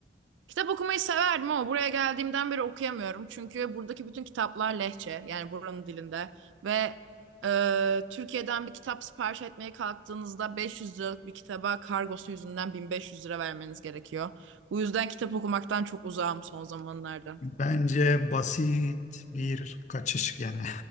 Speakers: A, on the right (about 80°); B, on the left (about 40°).
A: Kitap okumayı severdim ama buraya geldiğimden beri okuyamıyorum. Çünkü buradaki bütün kitaplar lehçe, yani buranın dilinde. Ve e, Türkiye'den bir kitap sipariş etmeye kalktığınızda 500 liralık bir kitaba kargosu yüzünden 1500 lira vermeniz gerekiyor. Bu yüzden kitap okumaktan çok uzağım son zamanlarda.
B: Bence basit bir kaçış gene.